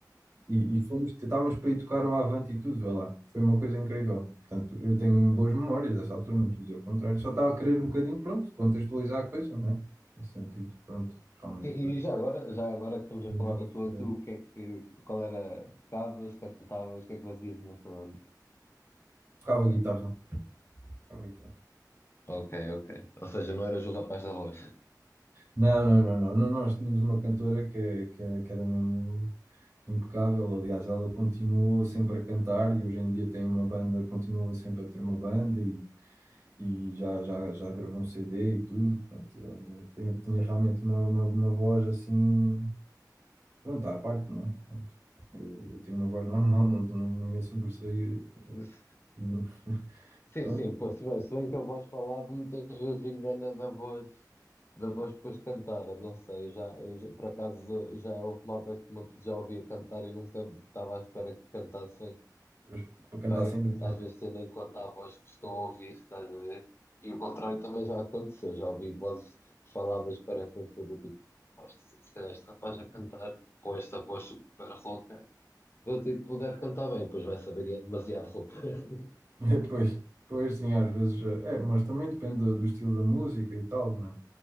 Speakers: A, on the right; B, on the left.
A: E, e fomos, estávamos para ir tocar o Avante e tudo, vê lá. Foi uma coisa incrível. Portanto, eu tenho boas memórias dessa altura,
B: Sim.
A: não estou a dizer o contrário. Só estava a querer um bocadinho, pronto, contextualizar a coisa, não é? Nesse sentido, pronto, realmente.
B: E já agora, já agora que estamos
A: tinha
B: a falar
A: justo,
B: da
A: se
B: tua,
A: calhar.
B: tu, o que é que, qual era, tocavas, cantavas, o que é que fazias nessa banda?
A: Tocava guitarra. Tocava guitarra.
B: Ok, ok. Ou seja, não eras o rapaz da voz.
A: Não, não, não, não, não. Nós tínhamos uma cantora que, que, era, que era mesmo. impecável. Aliás, ela continuou sempre a cantar e hoje em dia tem uma banda, continua sempre a ter uma banda e, e já, já, já gravou um CD e tudo. Portanto, ela tem- tinha realmente uma, uma, uma voz assim, pronto, à parte, não é? Pronto. Eu, eu tenho uma voz normal, <laughs> não, não, não ia sobressair.
B: <laughs>
A: não-
B: Sim,
A: Pronto,
B: sim, pô, se bem, se bem que a voz falada muitas vezes engana da voz, da voz depois cantada, não sei, eu já, eu já- por acaso já é houve malta que me- já ouvia cantar e nunca estava à espera que cantassem
A: pois, para
B: bem,
A: cantar sempre.
B: às vezes tendo em conta a voz que estou a ouvir, estás a ver? E o contrário também já aconteceu, já ouvi vozes faladas que parecem ser do tipo, "Pá, se se calhar este rapaz a cantar com esta voz super rouca, do tipo, deve cantar bem, pois vai saber e é demasiado rouca. <laughs>
A: Depois, depois <laughs> sim, às vezes. eh, É, mas também depende do, do estilo da música e tal, né?